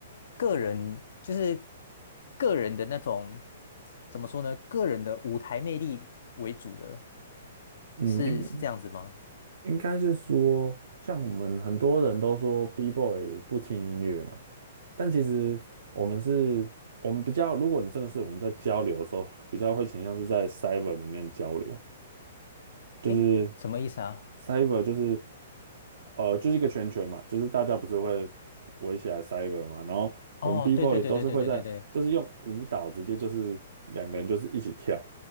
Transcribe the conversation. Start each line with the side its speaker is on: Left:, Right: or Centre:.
Left: 个人，就是个人的那种，怎么说呢？个人的舞台魅力为主的，
Right: 嗯，
Left: 是是这样子吗？
Right: 应应该是说，像我们很多人都说 B-boy 不听音乐嘛，但其实我们是，我们比较，如果你真的是我们在交流的时候，比较会倾向是在 cyber 里面交流，就是
Left: 诶，什么意思啊？
Right: cyber 就是呃就是一个圈圈嘛，就是大家不是会围起来 cyber 嘛，然后我们
Left: 哦，
Right: B
Left: 对对对对对对对对，
Right: boy 都是会在就是用舞蹈直接就是两个人就是一起跳，